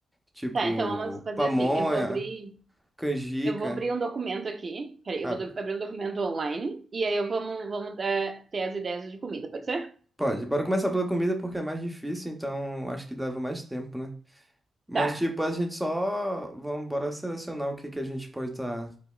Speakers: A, in the centre; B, on the right.
A: tipo
B: tá, então vamos fazer
A: pamonha,
B: assim. Eu vou abrir.
A: canjica.
B: Eu vou abrir um documento aqui. Peraí, eu
A: Ah,
B: vou do- abrir um documento online. E aí eu vamos, vamos dar, ter as ideias de comida, pode ser?
A: pode, bora começar pela comida porque é mais difícil, então acho que leva mais tempo, né? Mas
B: Tá.
A: tipo, a gente só vamos bora selecionar o que que a gente pode estar